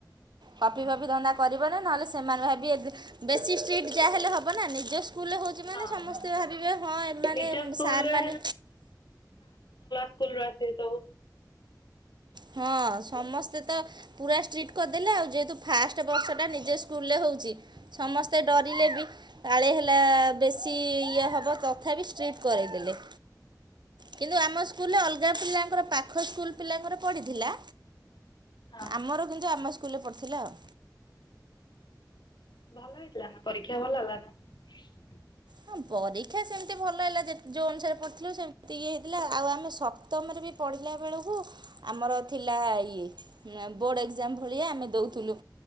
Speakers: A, on the right; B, on the left.
A: କପି
B: ହଁ।
A: ଫପି ଧନ୍ଦା କରିବନି। ନହେଲେ ସେମାନେ ଭାବିବେ ବେଶୀ ଷ୍ଟ୍ରିଟ୍ ଯାହାଲେ ହବ ନା ନିଜ ସ୍କୁଲରେ ହଉଚି ମାନେ
B: ହଁ
A: ସମସ୍ତେ
B: ହଁ
A: ଭାବିବେ ହଁ ଏମାନେ
B: ନିଜ ସ୍କୁଲରେ
A: ସାର୍ ମାନେ
B: ସ୍କୁଲରୁୁ ଆସିବେ ସବୁ
A: ହଁ ସମସ୍ତେ ତ ପୁରା ଷ୍ଟ୍ରିଟ କରିଦେଲେ ଆଉ ଯେହେତୁ ଫାଷ୍ଟ ବର୍ଷଟା ନିଜ ସ୍ଲୁଲରେ ହଉ ଊଚି ସମସ୍ତେ ଡରିଲେ
B: ହଁ
A: ବି। କାଳେ ହେଲା ବେଶୀ ଇଏ ହେବ ତଥାପି ଷ୍ଟ୍ରିଟ୍ କରେଇଦେଲେ। କିନ୍ତୁ ଆମ ସ୍କୁଲରେ ଅଲଗା ପିଲାଙ୍କର ପାଖ ସ୍କୁଲ ପିଲାଙ୍କର ପଡିଥିଲା।
B: ହଁ
A: ଆମର କିନ୍ତୁ ଆମ ସ୍କୁଲରେ ପଢ଼ିଥିଲା ଆଉ।
B: ଭଲ ହେଇଥିଲା ନା ପରୀକ୍ଷା ଭଲ ହେଲା ନା?
A: ହଁ ପରୀକ୍ଷା ସେମିତି ଭଲ ହେଲା ଯେ ଯୋଉ ଅନୁସାରେ ପଢଥିଲୁ ସେମିତି ଇଏ ହେଇଥିଲା ଆଉ ଆମେ ସପ୍ତମରେ ବି ପଢ଼ିଲା ବେଳକୁ ଆମର ଥିଲା ଇଏ ବୋର୍ଡ଼ ଏକ୍ଜାମ ଭଳିଆ ଆମ ଦଉଥିଲୁ